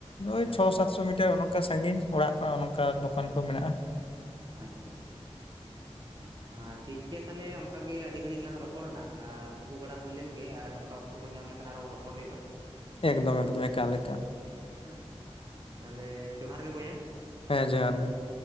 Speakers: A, on the left; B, on the right.
A: ᱳᱭ
B: ᱟᱪᱪᱷᱟ
A: ᱪᱷᱚ ᱥᱟᱛᱥᱚ
B: ᱟᱪᱪᱷᱟ
A: ᱢᱤᱴᱟᱨ ᱚᱱᱠᱟ ᱥᱟᱺᱜᱤᱧ, ᱚᱲᱟᱜ ᱠᱷᱚᱱᱟᱜ ᱚᱱᱠᱟ ᱫᱚᱠᱟᱱ ᱠᱚ ᱢᱮᱱᱟᱜ-ᱟ ᱾
B: ᱟᱪᱪᱷᱟ, ᱟᱪᱪᱷᱟ᱾
A: <unintelligible> <inaudible>
B: ᱦᱚᱸ ᱟᱨ ᱴᱷᱤᱠ ᱜᱮᱭᱟ ᱛᱟᱦᱚᱞᱮ, ᱚᱱᱠᱟᱜ ᱜᱮ ᱟᱹᱰᱤ ᱜᱷᱟᱹᱲᱤᱡ ᱞᱟᱝ ᱨᱚᱯᱚᱲᱱᱟ, ᱟᱨ ᱛᱩᱯᱩ ᱵᱟᱲᱟ ᱦᱩᱭ ᱞᱮᱱᱜᱮ, ᱟᱨ ᱱᱚᱝᱠᱟ ᱚᱠ ᱛᱚ ᱠᱚ ᱧᱟᱢ ᱞᱮᱠᱷᱟᱱ, ᱟᱨᱚ ᱨᱚᱯᱚᱲ ᱦᱳᱭᱳᱜ-ᱟ ᱾
A: ᱮᱠᱫᱚᱢ-ᱮᱠᱫᱚᱢ ᱮᱠᱟᱞ-ᱮᱠᱟᱞ᱾
B: ᱦᱮᱸ, ᱛᱟᱦᱚᱞᱮ ᱡᱚᱦᱟᱨ ᱜᱮ ᱵᱚᱭᱦᱟ ᱾
A: ᱦᱮᱸ ᱡᱚᱦᱟᱨ ᱜᱮ ᱾